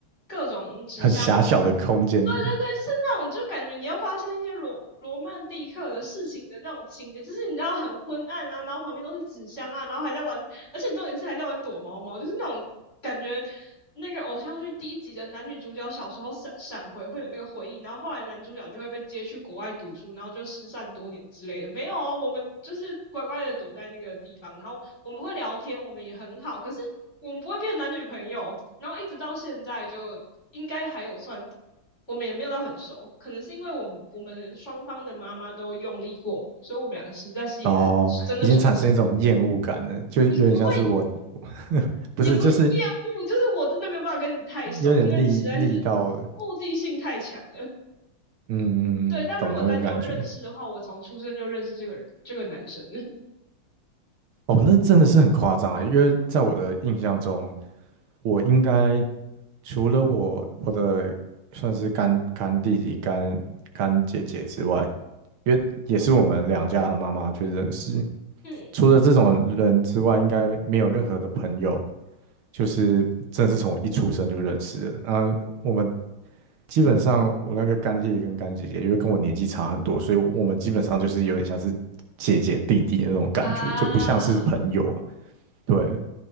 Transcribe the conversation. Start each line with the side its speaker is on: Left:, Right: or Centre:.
Left: 各种纸箱。
Right: 很狭小的空间里。
Left: 对对对，就是那种，就感觉你要发生一些罗罗曼蒂克的事情的那种情节，就是你知道很昏暗啊，然后旁边都是纸箱啊，然后还在玩，而且重点是还在玩躲猫猫，就是那种。感觉那个偶像剧第一集的男女主角小时候闪闪回会有那个回忆，然后后来男主角就会被接去国外读书，然后就失散多年之类的。没有啊，我们就是乖乖的躲在那个地方，然后我们会聊天，我们也很好，可是我们不会变男女朋友。然后一直到现在就应该还有算，我们也没有到很熟，可能是因为我们我们双方的妈妈都用力过猛，所以我们两个实在是也很真的熟起来，
Right: 哦，已经产生一种厌恶感了，就有点像是我，
Left: 也不会
Right: 我 <laughs> 不是，
Left: 也不是厌恶，
Right: 就是
Left: 就是我真的没有办法跟你太熟，
Right: 有点腻腻到了，
Left: 因为实在是目的性太强了。
Right: 嗯，
Left: 对，但如果单就认识的话，
Right: 嗯嗯懂那个感觉。
Left: 我从出生就认识这个这个男生了。<laughs>
Right: 哦，那真的是很夸张啊，因为在我的印象中，我应该除了我我的算是干干弟弟、干干姐姐之外，因为也是我们两家的妈妈就认识，
Left: 嗯
Right: 除了这种人之外，应该没有任何的朋友就是真的是从我一出生就认识的。啊，我们基本上我那个干弟弟跟干姐姐，因为跟我年纪差很多，所以我们基本上就是有点像是姐姐弟弟的那种感觉，
Left: 啊，
Right: 就不像是朋友。对，